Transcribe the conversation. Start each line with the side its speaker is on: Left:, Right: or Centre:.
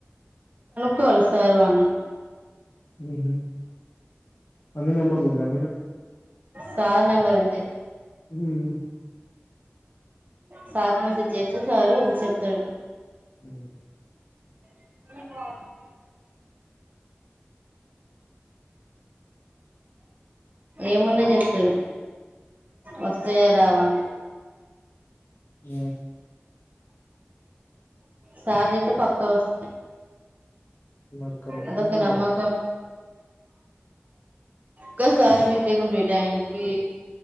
Right: కోలో సార్వాన్ని
Left: ఉహు అన్ని నంబర్లు ఉన్నయ
Right: సార్ నంబర్ ఉంది
Left: ఉమ్
Right: సార్ కి మెసేజ్ చేస్తే సారూ చెప్తడు
Left: ఊ
Right: <inaudible> ఏమన్న జెప్తడు వస్తాయా రావా అని
Left: ఊ
Right: సాధ్యత పక్కా వస్తయి
Left: మరి కనుక్కో
Right: అదొక
Left: మరి
Right: నమకం కని సార్ బిజీ గా ఉంటాడు ఈ టైమ్ కి